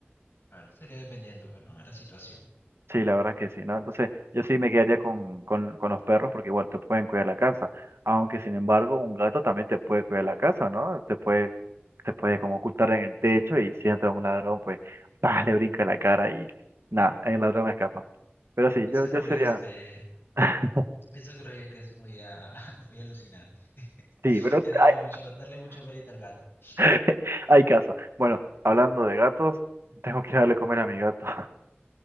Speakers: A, on the left; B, on the right.
A: Claro, sería dependiendo, pues, ¿no? De la situación.
B: Sí, la verdad que sí, ¿no? Entonces, yo sí me quedaría con, con, con los perros porque igual te pueden cuidar la casa. Aunque, sin embargo, un gato también te puede cuidar la casa, ¿no? Te puede, te puede como ocultar en el techo y si entra un ladrón, pues, <laughs> ¡pah! le brinca en la cara y nada, el ladrón escapa. Pero sí,
A: Eso
B: yo,
A: es
B: yo
A: muy,
B: sería...
A: este,
B: <laughs>
A: eso creo yo que es muy, ah, <laughs> muy alucinante.
B: Sí, pero
A: Es darle
B: hay,
A: mucho, darle mucho mérito al gato.
B: <laughs> hay caso. Bueno, hablando de gatos, tengo que darle a comer a mi gato. <laughs>